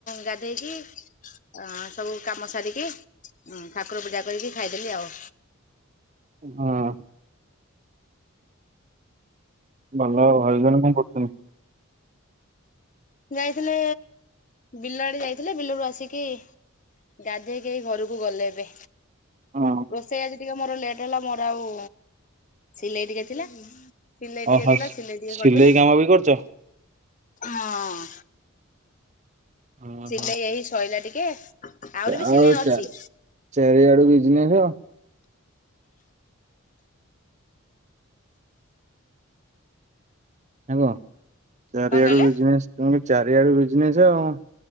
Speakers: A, on the left (about 35°); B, on the right (about 30°).
A: ଗା ଦେଇକି ଅଁ ସବୁ କାମ ସାରିକି ଉଁ ଠାକୁର ପୂଜା କରିକି ଖାଇଦେଲି ଆଉ।
B: ହଁ। ଭଲ ଆଉ ଭାଇ ଜନ୍ କଣ କରୁଚନ୍ତି।
A: ଯାଇଥିଲେ ବିଲ ଆଡେ ଯାଇଥିଲେ ବିଲରୁ ଆସିକି ଗାଧେଇକି ଏଇ ଘରକୁ ଗଲେ ଏବେ।
B: ହଁ
A: ରୋଷେଇ ଆଜି ଟିକେ ମୋର ଲେଟ୍ ହେଲା ମୋର ଆଉ ସିଲେଇ ଟିକେ ଥିଲା ସିଲେଇ
B: ଓହୋ
A: ଟିକେ ଥିଲା ସିଲେଇ ଟିକେ କରିଦେଲି।
B: କାମ ବି କରୁଛ?
A: ହଁ।
B: ହୁଁ
A: ସିଲେଇ
B: ହୁଁ।
A: ଏହି ଶଇଲା ଟିକେ ଆହୁରି ବି
B: ଆଉ
A: ସିଲେଇ ଅଛି।
B: ଚାରି ଚାରିଆଡୁ ବିଜନେସ। ନା କଂ ଚାରିଆଡୁ
A: କଣ କହିଲେ
B: ବିଜନେସ ତୁମ ବି ଚାରିଆଡୁ ବିଜନେସ ଆଉ।